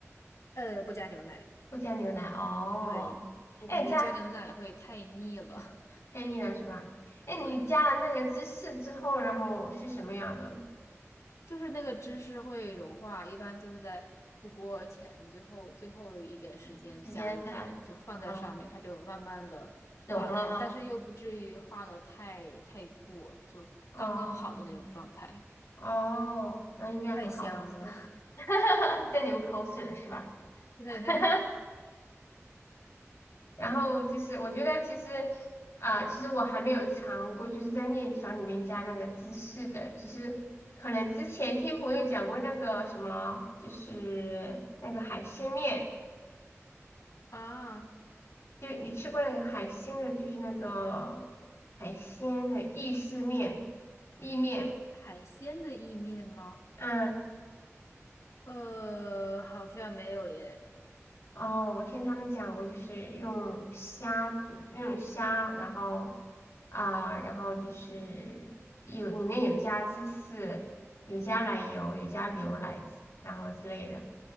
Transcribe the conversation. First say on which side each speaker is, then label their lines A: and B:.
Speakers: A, on the left; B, on the left.
A: 呃，不加牛奶。
B: 不加牛奶哦。
A: 对，我感觉加牛奶会太腻了，
B: 哎，加黑腻了是吧？哎，
A: <laughs> 对，
B: 你加了那个芝士之后，然后是什么样的？
A: 就是那个芝士会融化，一般就是在出锅前最后最后一点时间加一片，
B: 几时间在？
A: 就放在上面，
B: 哦，
A: 它就慢慢的化开，
B: 融了哈。
A: 但是又不至于化的太太过，就刚刚好的那种状态。
B: 哦哦，那应该很好吃。
A: 太香了。
B: <laughs> 在流口水了是吧？
A: <laughs> 对
B: <laughs> 然后就是我觉得其实啊、其实我还没有尝过，就是在面条里面加那个芝士的，只是可能之前听朋友讲过那个什么，就是那个海鲜面，
A: 啊，
B: 就你吃过那个海鲜的，就是那个海鲜的意式面、意面，
A: 海海鲜的意面吗？
B: 嗯。
A: 呃，好像没有耶。
B: 哦，我听他们讲过，就是用虾煮，用虾，然后啊、然后就是有里面有加芝士，有加奶油，有加牛奶之然后之类的。